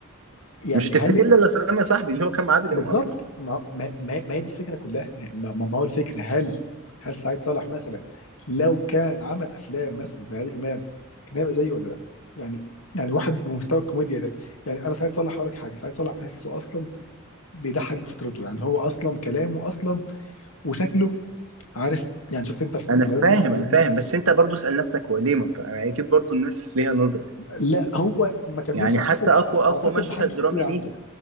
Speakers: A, on the left; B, on the right.
A: يعني
B: مش هتفتكر
A: هل
B: لي الا سلام يا صاحبي اللي هو كان مع عادل
A: بالظبط
B: امام اصلا
A: ما ما ما ما هي دي الفكره كلها ما, ما, ما هو الفكر هل هل سعيد صالح مثلا لو كان عمل افلام مثلا زي عادل امام كان هيبقى زيه ولا لا؟ يعني يعني واحد بمستوى الكوميديا ده يعني انا سعيد صالح هقول لك حاجه سعيد صالح بحسه اصلا بيضحك بفطرته يعني هو اصلا كلامه اصلا وشكله عارف يعني شفت انت في
B: انا
A: في
B: فاهم
A: مدرسه التقييم
B: انا فاهم بس انت برضو اسال نفسك هو ليه ما بت- يعني اكيد برضو الناس ليها نظره
A: لا هو ما كملش
B: يعني
A: اعتقد
B: حتى اقوى اقوى
A: اعتقد
B: مشهد
A: ده حاجه شخصيه
B: درامي
A: عنده
B: ليه